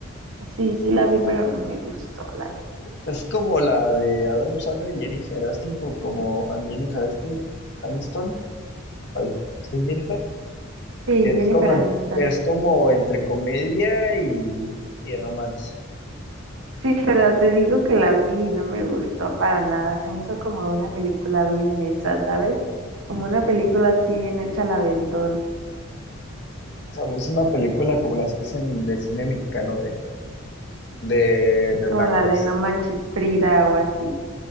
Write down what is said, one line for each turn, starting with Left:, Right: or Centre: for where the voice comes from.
Right: Sí, sí la vi, pero no me gustó, la verdad.
Left: Es como la de Adam Sandler y Jennifer Aniston, o como and Jennifer Aniston, Aniston, ay, sí, Jennifer,
Right: Sí,
Left: que es
Right: Jennifer
Left: como,
Right: Aniston.
Left: en- es como entre comedia y, y romance.
Right: Sí, pero te digo que la vi y no me gustó para nada. Se me hizo como una película bien mensa, ¿sabes? Como una película así bien hecha al aventón.
Left: O sea, es una película como las que hacen de cine mexicano de, de, de
Right: como
Left: blancos,
Right: la de No Manches Frida o así.